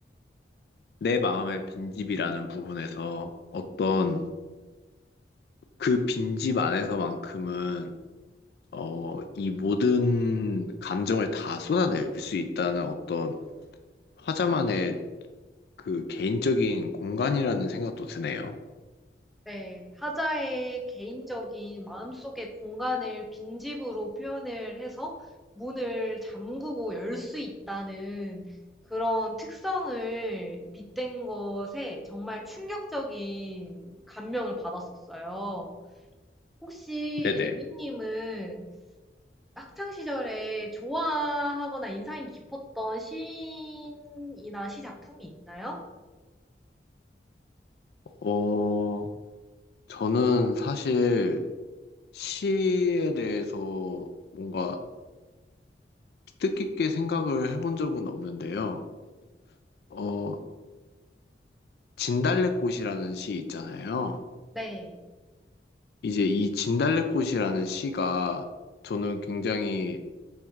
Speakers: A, on the left (about 60°); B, in the centre.
A: 내 마음의 빈집이라는 부분에서 어떤 그 빈집 안에서만큼은 어, 이 모든 감정을 다 쏟아낼 수 있다는 어떤 화자만의 그 개인적인 공간이라는 생각도 드네요.
B: 네, 하자의 개인적인 마음속의 공간을 빈집으로 표현을 해서 문을 잠그고 열 수 있다는 그런 특성을 빗댄 것에 정말 충격적인 감명을 받았었어요. 혹시
A: 네네.
B: A님은 학창 시절에 좋아하거나 인상이 깊었던 시인이나 시 작품이 있나요?
A: 어, 저는 사실 시에 대해서 뭔가 뜻깊게 생각을 해본 적은 없는데요. 어, 진달래꽃이라는 시 있잖아요.
B: 네.
A: 이제 이 진달래꽃이라는 시가 저는 굉장히